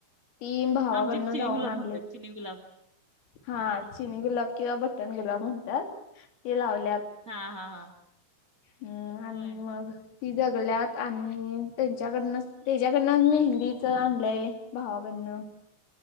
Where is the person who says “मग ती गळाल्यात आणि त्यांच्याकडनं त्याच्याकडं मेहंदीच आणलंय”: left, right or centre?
Left